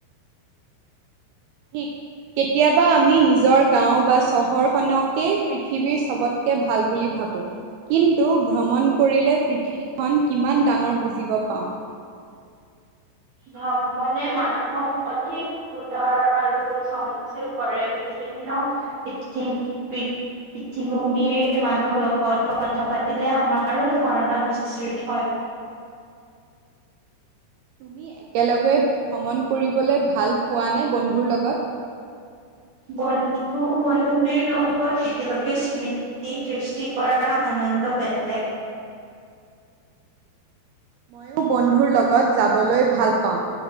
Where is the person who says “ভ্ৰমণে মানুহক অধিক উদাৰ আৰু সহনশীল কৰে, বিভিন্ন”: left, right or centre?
Right